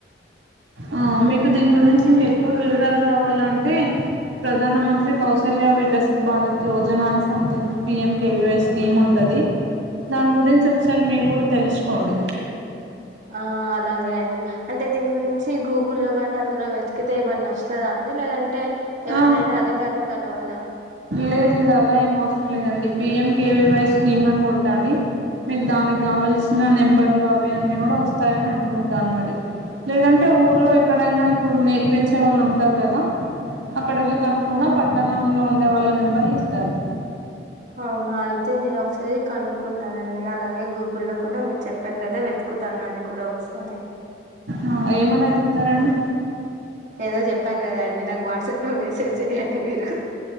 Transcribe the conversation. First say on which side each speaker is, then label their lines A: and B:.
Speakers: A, on the right; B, on the right.
A: ఆ మీకు దిన్ గురిన్ ఇంకెక్కువ వివరాలు కావాలంటే ప్రధానమంత్రి కౌశల్య వికాస్ భారత్ యోజన అని సంథింగ్ పిఎంకెవీవై స్కీమ్ ఉంటుంది దాని గురించి ఒకసారి మీరు కూడా తెలుసుకోండి
B: ఆ అలాగే అండి అంటే దీని గురించి గూగుల్లోగానే అందులో వెతికితే ఇవన్న వస్తదా అండి లేదంటే అంటే ఎవరినైనా
A: ఆ
B: అధికారిని కలవాలా
A: లేదు లేదు అలా ఏం అవసరం లేదండి పిఎంకెవీవై స్కీమ్ అని కొట్టండి మీకు దానికి కావాల్సిన నెంబర్లు అవి అన్నీ కూడా వస్తాయని అనుకుంటాను మరి లేదంటే ఊర్లో ఎక్కడైనా ఇప్పుడు నేర్పించే వాళ్ళు ఉంటారు కదా అక్కడ వెళ్ళి కనుకున్న పట్టణంలో ఉ వాళ్ళ నెంబర్లు ఇస్తారు
B: అవునా అయితే నేను ఒకసారి కనుక్కుంటా అండి అలాగే గూగు లో కూడా మీరు చెప్పారు కదా వెతుకుతున్నది కూడా ఒకసారి
A: ఆ ఏమని వెతుకుతారండి
B: ఏదో చెప్పారు కదాండి నాకు వాట్సాప్లో మెసేజ్ చెయండి మీరు